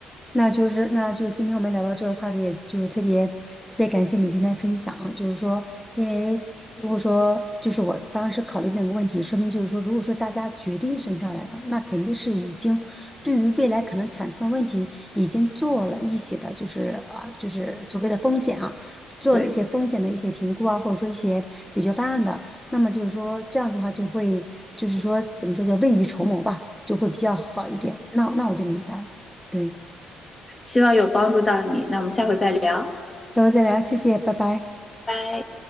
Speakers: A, in the centre; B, on the left.
A: 那就是，那就是今天我们聊到这个话题，也就是特别特别感谢你今天分享啊，就是说，因为如果说就是我当时考虑那个问题，说明就是说，如果说大家决定生下来了，那肯定是已经对于未来可能产生的问题已经做了一些的，就是啊，就是所谓的风险啊，做了一些风险的一些评估啊，
B: 对，
A: 或者说一些解决方案的，那么就是说这样子的话，就会就是说怎么说叫未雨绸缪吧，就会比较好一点。那那我就明白了，对。
B: 希望有帮助到你。那我们下回再聊，
A: 那我再聊，谢谢，拜拜。
B: 拜。